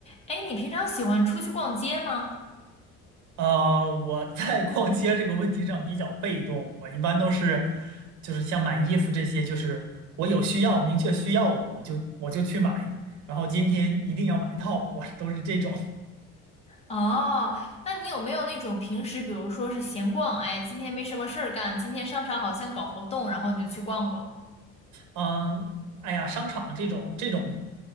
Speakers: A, on the left; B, on the right.
A: 哎，你平常喜欢出去逛街吗？
B: 呃，我在逛街这个问题上比较被动，我一般都是，就是像买衣服这些，就是我有需要，明确需要了，我就我就去买，然后今天一定要买到，我都是这种。
A: 哦，那你有没有那种平时，比如说是闲逛，哎，今天没什么事儿干，今天商场好像搞活动，然后你就去逛逛。
B: 嗯，哎呀，商场这种这种